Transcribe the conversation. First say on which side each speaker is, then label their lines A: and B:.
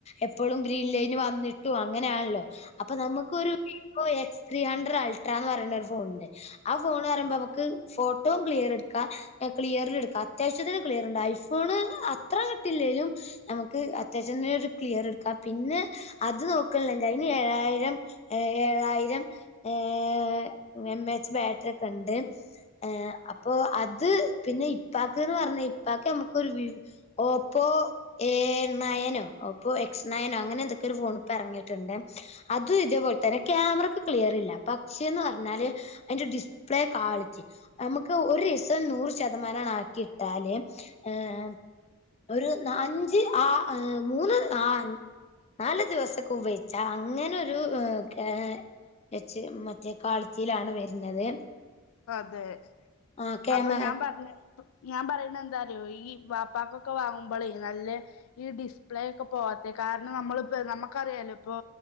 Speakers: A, on the left; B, on the left.
A: എപ്പഴും ഗ്രീൻലൈന് വന്നിട്ടും അങ്ങനെയാല്ലോ. അപ്പോ നമ്മക്കൊരു ഓഹ് എക്സ് ത്രീ ഹണ്ട്രഡ് അൾട്രാന്ന് പറയുന്നരു ഫോണുണ്ട്. ആഹ് ഫോണ് പറയുമ്പോ അമ്മക്ക് ഫോട്ടോ ക്ലിയറെടുക്കാം. ക്ലിയറിലെടുക്കാ. അത്യാവശ്യത്തിന് ക്ലിയറിണ്ട്. ഐഫോണ് അത്ര കിട്ടില്ലേലും. നമ്മക്ക് അത്യാവശ്യതിന് ഒരു ക്ലിയറെടുക്കാ. പിന്നെ അത് നോക്കണ്ല്ലെങ്കി അയിന് ഏഴായിരം. ഏഹ് ഏഴായിരം ഏഹ് എം എ എച്ച് ബാറ്ററി ഒക്കെ ണ്ട് ഏഹ് അപ്പോ അത്, പിന്നെ ഇപ്പാക്ക്ന്ന് പറഞ്ഞ ഇപ്പാക്ക് നമുക്കൊരു വീ ഓപ്പോ എ ണയനോ ഓപ്പോ എക്സ് ണയനോ അങ്ങനെന്തോ ക്കൊരു ഫോണിപ്പറങ്ങിട്ടുണ്ടേ അതും ഇതേപോലെ തന്നെ ക്യാമറക്ക് ക്ലിയറില്ല പക്ഷേന്ന് പറഞ്ഞാല് അയിന്റെ ഡിസ്പ്ലേ കാളിറ്റി അമ്മക്ക് ഒരീസം നൂറ് ശതമാനങ്ങട് ആക്കിട്ടാല് ആഹ് ഒരു ന അഞ്ച് ആഹ് മൂന്ന് ആഹ് നാല് ദിവസൊക്കെ ഉപയോഗിച്ചാ അങ്ങനെ ഒരു ഏഹ് കെ വച്ച് മറ്റേ കാളിറ്റിലാണ് വരുന്നത്
B: അതെ.
A: ആ ക്യാമ
B: അപ്പോ ഞാൻ പറഞ്ഞ് പ്പ ഞാൻ പറയണെന്താറിയോ? ഈ വാപ്പാക്കൊക്കെ വാങ്ങുമ്പളെ നല്ല ഈ ഡിസ്പ്ലേ ഒക്കെ പോവാത്തെ കാരണം നമ്മളിപ്പോ നമുക്കറിയാലോ ഇപ്പോ